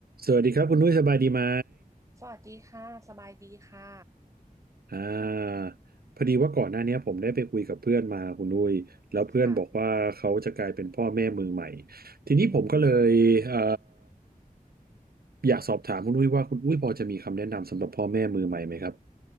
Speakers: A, on the right; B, on the right.
A: สวัสดีครับคุณนุ้ยสบายดีไหม
B: สวัสดีค่ะ สบายดีค่ะ
A: อ่าพอดีว่าก่อนหน้าเนี้ยผมได้ไปคุยกับเพื่อนมาคุณนุ้ยแล้วเพื่อนบอกว่าเขาจะกลายเป็นพ่อแม่มือใหม่
B: ค่ะ
A: ทีนี้ผมก็เลยเอ่อ
B: อืม
A: อยากสอบถามคุณนุ้ยว่าคุณนุ้ยพอจะมีคำแนะนำสำหรับพ่อแม่มือใหม่ไหมครับ